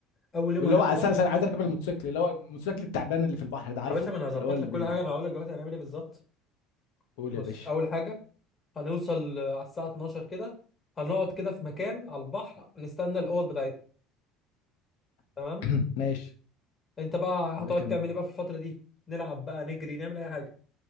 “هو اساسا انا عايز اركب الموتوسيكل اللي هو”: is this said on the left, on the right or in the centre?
Left